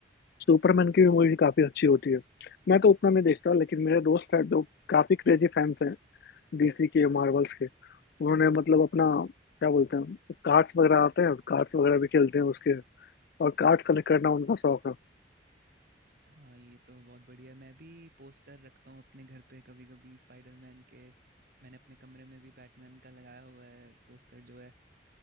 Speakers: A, on the left; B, on the right.
A: सुपरमैन की भी मूवी काफी अच्छी होती है मैं तो उतना नहीं देखता लेकिन मेरे दोस्त हैं जो काफी क्रेजी फैंस हैं डीसी के मार्वल्स के उन्होंने मतलब अपना क्या बोलते हैं कार्ड्स वगैरह आते हैं कार्ड्स वगैरह भी खेलते हैं उसके और कार्ड कलेक्ट करना उनका शौक है
B: हाँ ये तो बहुत बढ़िया मैं भी पोस्टर रखता हूँ अपने घर पे कभी कभी स्पाइडरमैन के मैंने अपने कमरे में भी बैटमैन का लगाया हुआ है पोस्टर जो है